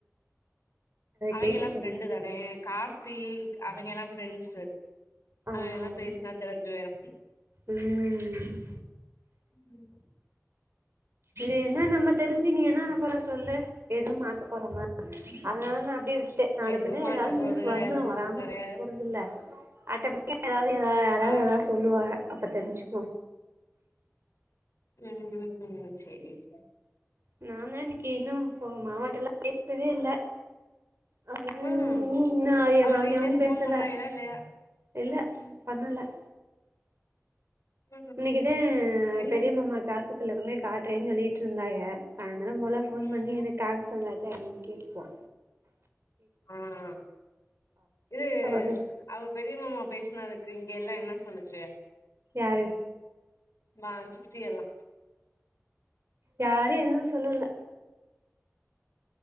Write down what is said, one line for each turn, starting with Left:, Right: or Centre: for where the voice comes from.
Left: அவைங்கெலா
Right: கேக்க சொல்
Left: ஃப்ரெண்டு தானே கார் த்தி அவைங்கெலா ஃப்ரெண்ட்ஸு
Right: ஆஹ்
Left: அவைங்கெல்லா பேசுனா தெரிஞ்சு போயிரு
Right: உம்
Left: உம்
Right: இத என்ன நம்ம தெரிஞ்சு இனி என்ன பண்ண போறோ சொல்லு எது மாத்த போறமா அதுலருந்து அப்டியே விட்டுட்டே நாள
Left: எதுவு
Right: பின்ன
Left: மாட்ற
Right: எதாவ்து
Left: போறது
Right: நியூஸ்
Left: கெடையாது
Right: வந்துரு
Left: ஒன்னு
Right: வராம
Left: கெடையாது
Right: போறதில்ல ஆட்டம் <unintelligible> எதாவ்து எதா யாராவ்து
Left: ஆ
Right: எதா சொல்லுவாங்க அப்ப தெரிஞ்சுக்கோ
Left: உம் உம் உம் சேரி சேரி
Right: நாந்தா இன்னக்கி இன்னு இப்ப மாமாட்டலா பேசவே இல்ல அஹ்
Left: ம்
Right: இன்னு
Left: அவ
Right: எ மாமியாவு
Left: வீட்ல இருந்து
Right: பேசல
Left: ஃபோன் பண்ணாய்களா இல்லையா
Right: இல்ல
Left: ம்
Right: பண்ணல
Left: ம்
Right: இன்னக்கிதே
Left: என்ன
Right: பெரிய மாமா காசு குட் த்துள்ளதுமே காட்றேன்னு சொல்லிக்கிட்ருந்தாக அ தினம் போல ஃபோன்
Left: ம்
Right: பண்ணி இரு காசு சொன்னாரு போ என்னன் கேட்டுட்டு வா
Left: ஆஹ் இது
Right: அப்ப பேசு
Left: அவ பெரிய மாமா பேசுனதுக்கு இங்க எல்லா என்ன சொன்னுச்சு
Right: யாரு
Left: மா சித்தியெல்லா
Right: யாரு எதுவு சொல்லல